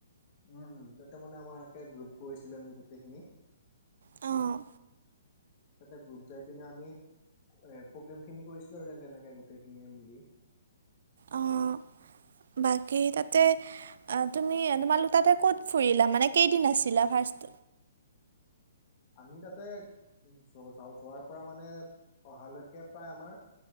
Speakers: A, on the left; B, on the right.
A: উম উম তাতে মানে আমাৰ একে গ্ৰুপ কৰিছিলে আমি গোটেইখিনি।
B: অঁ
A: তাতে গ্ৰুপ যাই পিনে আমি এ প্ৰগ্ৰেম খিনি কৰিছিলো আৰু তেনেকে গোটেইখিনিয়ে মিলি।
B: অ', বাকী তাতে - অ', তুমি তোমালোক তাতে কত ফুৰিলা মানে কেইদিন আছিলা ফাৰ্ষ্ট?
A: আমি তাতে যা যোৱাৰ পৰা মানে অহালৈকে প্ৰায় আমাৰ -